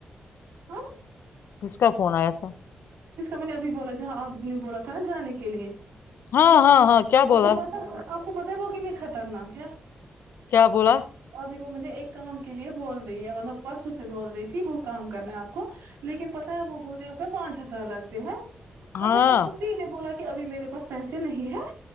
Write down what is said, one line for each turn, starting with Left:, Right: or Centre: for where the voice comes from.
Right: ہا
Left: کس کا فون آیا تھا
Right: میں نے ابھی بولا جہاں آپ نے بولا تھا نا جانے کے لیے
Left: ہاں ہاں ہاں کیا بولا
Right: آپ کو پتا آپ کو پت وہ کنی خطرناک ہے
Left: کیا بولا
Right: ابھی وہ مجھے ایک کام کے لیے بول رہی ہے مطلب پرسوں سے بول رہی تھی وہ کام کرنا ہے آپ کو لیکن <inaudible> پانچ ہذار لگتے ہیں
Left: ہاں
Right: اب میں نے اس کو سیدھے بولا کہ ابھی میرے پاس پیسے نہیں ہے